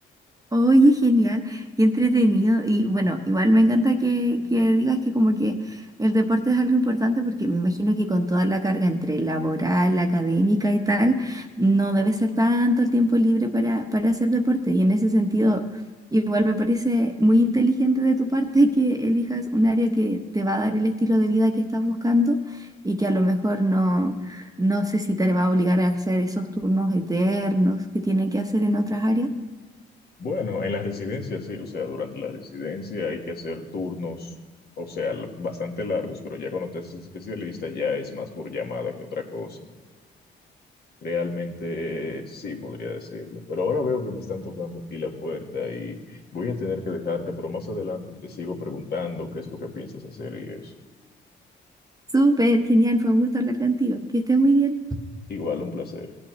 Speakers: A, on the right; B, on the left.
A: Oye, genial, y entretenido. Y bueno, igual me encanta que, que digas que como que el deporte es algo importante porque me imagino que con toda la carga entre laboral, académica y tal, no debe ser tanto el tiempo libre para, para hacer deporte. Y en ese sentido, igual me parece muy inteligente de tu parte que elijas un área que te va a dar el estilo de vida que estás buscando y que a lo mejor no, no sé si te va a obligar a hacer esos turnos eternos que tienen que hacer en otras áreas.
B: Bueno, en la residencia sí, o sea, durante la residencia hay que hacer turnos, o sea, l- bastante largos, pero ya cuando te haces especialista ya es más por llamada que otra cosa. Realmente eh, sí, podría decirlo. Pero ahora veo que me están tocando aquí la puerta y voy a tener que dejarte, pero más adelante te sigo preguntando qué es lo que piensas hacer y es
A: Súper, genial, fue un gusto hablar contigo. Que estés muy bien.
B: igual un placer.